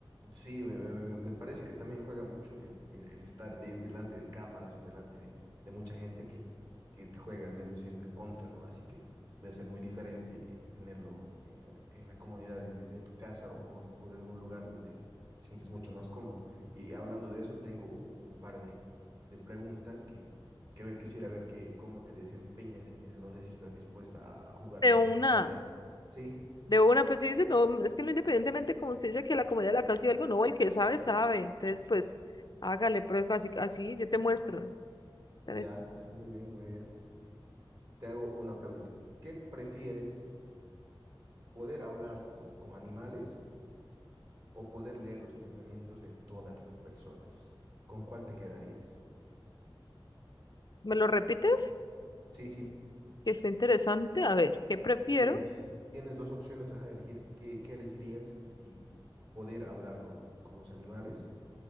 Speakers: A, on the right; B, on the left.
A: Sí, me, me- me parece que también juega mucho el, el- el estar de- delante de cámaras o delante de, de mucha gente que, que te juega el nerviosismo en contra, ¿no? Así que debe ser muy diferente eh, tenerlo eh, en la comodidad de, de- de tu casa o, o de, o de algún lugar donde sientes mucho más cómodo. Y hablando de eso, tengo u- un, par de, de preguntas que, que ver, quisiera ver que, cómo te desempeñas en eso. No sé si estás dispuesta a, a jugar
B: De
A: una,
B: una.
A: una trivia. de- Sí,
B: De una, pues sí, dice, no, es que no, independientemente, como usted dice, que la comedia de la casa y algo, no, el que sabe, sabe. Entonces, pues, hágale, pero así, así yo te muestro. Tenés-
A: ya, ya, muy bien, muy bien. te hago una pregunta. ¿Qué prefieres, poder hablar con, con animales o poder leer los pensamientos de todas las personas? ¿Con cuál te quedarías?
B: ¿Me lo repites?
A: Sí, sí,
B: Que está interesante. A ver, ¿qué prefiero?
A: tienes, tienes dos opciones a elegir. ¿Qué, qué elegirías si poder hablar con, con los animales